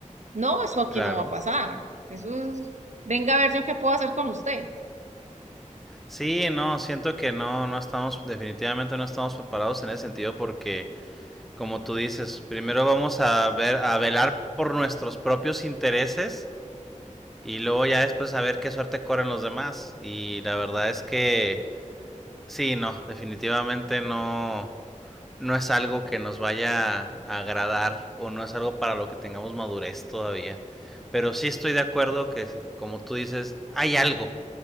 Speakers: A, on the right; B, in the centre.
A: No, eso aquí
B: Claro.
A: no va a pasar. Eso es, venga a ver yo qué puedo hacer con usted.
B: Sí, no, siento que no, no estamos, definitivamente no estamos preparados en ese sentido porque, como tú dices, primero vamos a ver, a velar por nuestros propios intereses y luego ya después a ver qué suerte corren los demás. Y la verdad es que, sí, no, definitivamente no, no es algo que nos vaya a agradar o no es algo para lo que tengamos madurez todavía. Pero sí estoy de acuerdo que, como tú dices, hay algo.